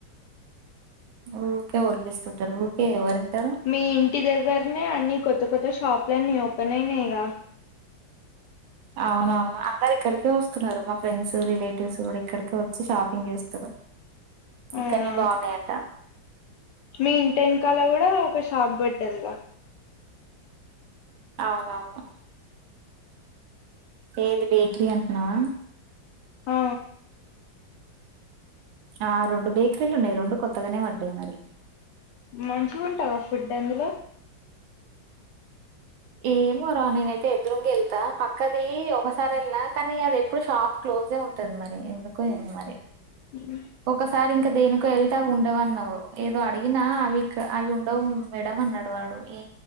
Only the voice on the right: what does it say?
ఊకే వదిలేస్తుంటారు ఊరికే ఎవరింటారు
అవును అవును అందరు ఇక్కడికే వస్తున్నారు మా ఫ్రెండ్స్ రిలేటివ్స్ కూడా ఇక్కడికే వచ్చి షాపింగ్ చేస్తురు
ఇక్కన్నే బాగున్నాయంట
అవును అవును ఏది బేకరీ అంటున్నావా
ఆ రెండు బేకరీలు ఉన్నాయి రెండు కొత్తగానే పడ్డాయి మరి
ఏమో రా నేనైతే ఎదురుంగ వెళ్తా పక్కది ఒకసారి వెళ్లినా కానీ అది ఎప్పుడు షాప్ క్లోజే ఉంటది మరి ఎందుకో ఎందో మరి
ఒకసారి ఇంకా దేనికో వెళ్ తేవ్ అవి ఉండవు అన్నావ్ ఏదో అడిగినా అవి ఇక అవి ఉండవు మేడం అన్నాడు వాడు ఏ